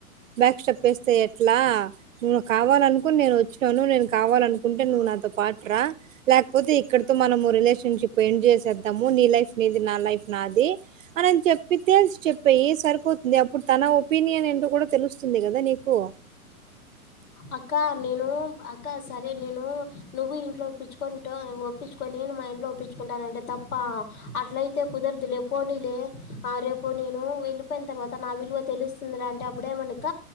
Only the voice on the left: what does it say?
అక్క నేను అక్క సరే నేను నువ్వు ఇంట్లో ఒప్పించుకుని ఒప్పించుకొని మా ఇంట్లో ఒప్పించుకుంటానంటే తప్ప అట్లయితే కుదరదు లేపోనీలే రేపు నేను వెళ్ళిపోయిన తర్వాత నా విలువ తెలుస్తుంది అంటే అప్పుడేమక